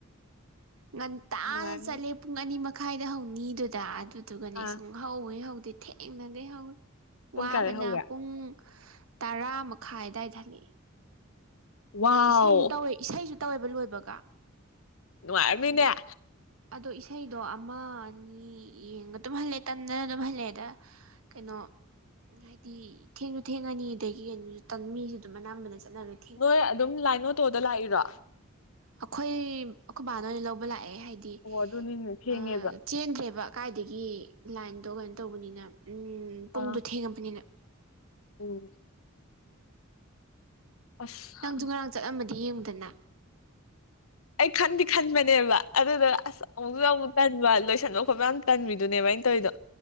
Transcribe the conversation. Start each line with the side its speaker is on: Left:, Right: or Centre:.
Right: ꯉꯟꯇꯥꯅ
Left: ꯅꯨꯡꯉꯥꯏꯔꯝꯅꯤ
Right: ꯆꯠꯂꯦ ꯄꯨꯡ ꯑꯅꯤ ꯃꯈꯥꯏꯗ ꯍꯧꯅꯤꯗꯨꯗ ꯑꯗꯨꯗꯨꯒꯅꯦ
Left: ꯑꯥ
Right: ꯁꯨꯝ ꯁꯨꯡꯍꯧ ꯍ‌ꯦꯛ ꯍꯧꯗꯦ ꯊꯦꯡꯅꯈꯩ ꯍꯧꯋꯤ
Left: ꯄꯨꯡ
Right: ꯋꯥꯕꯅ
Left: ꯀꯌꯥꯗꯩ ꯍꯧꯒꯦ
Right: ꯄꯨꯡ ꯇꯔꯥ ꯃꯈꯥꯏ ꯑꯋꯥꯏ ꯍꯜꯂꯛꯑ‌ꯦ
Left: ꯋꯥꯎ
Right: ꯏꯁꯩꯁꯨ ꯇꯧꯋꯦ ꯏꯁꯩꯁꯨ ꯇꯧꯋꯦꯕ ꯂꯣꯏꯕꯒ
Left: ꯅꯨꯡꯉꯥꯏꯔꯝꯅꯤꯅꯦ
Right: ꯑꯗꯩ ꯑꯗꯣ ꯏꯁꯩꯗꯣ ꯑꯃ ꯑꯅꯤ ꯌꯦꯡꯒ ꯑꯗꯨꯝ ꯍꯜꯂꯦ ꯇꯗꯅ ꯑꯗꯨꯝ ꯍꯜꯂꯦꯑ‌ꯦꯗ ꯀꯩꯅꯣ ꯎꯝ ꯍꯥꯏꯗꯤ ꯊꯦꯡꯁꯨ ꯊꯦꯡꯉꯅꯤ ꯑꯗꯒꯤ ꯀꯩꯅꯣꯁꯨ ꯃꯤꯁꯨ ꯑꯗꯨꯝ ꯑꯅꯥꯕꯅ ꯆꯠꯅꯔꯔꯤ
Left: ꯅꯣꯏ ꯑꯗꯨꯝ ꯂꯥꯏ ꯑꫭꯇꯣꯗ ꯂꯥꯛꯏꯔꯣ
Right: ꯑꯩꯈꯣꯏ ꯑꯩꯈꯣꯏ ꯕꯥꯅ ꯑꯣꯏꯅ ꯂꯧꯕ ꯂꯥꯛꯑꯦ ꯍꯥꯏꯗꯤ
Left: ꯑꯣ ꯑꯗꯨꯅꯤꯅꯦ ꯊꯦꯡꯉꯦꯕ
Right: ꯑ ꯆꯦꯟꯗ꯭ꯔꯦꯕ ꯀꯥꯏꯗꯒꯤ ꯂꯥꯏꯟꯗꯣ ꯀꯩꯅꯣ ꯇꯧꯕꯅꯤꯅ ꯎꯝ ꯄꯨꯡꯗꯣ
Left: ꯑꯥ
Right: ꯊꯦꯡꯉꯕꯅꯤꯅ
Left: ꯎꯝ ꯑꯁ
Right: ꯅꯪꯁꯨ ꯉꯔꯥꯡ ꯆꯠꯂꯝꯃꯗꯤ ꯌꯦꯡꯉꯨꯗꯅ
Left: ꯑꯩ ꯈꯟꯗꯤ ꯈꯟꯕꯅꯦꯕ ꯑꯗꯨꯗ ꯑꯁ ꯑꯃꯨꯛꯁꯨ ꯑꯃꯨꯛ ꯀꯟꯕ ꯂꯣꯏꯁꯟꯗ <unintelligible> ꯃꯃꯥꯡ ꯟꯃꯤꯗꯨꯅꯦꯕꯥ ꯑꯩꯅ ꯇꯧꯔꯤꯗꯣ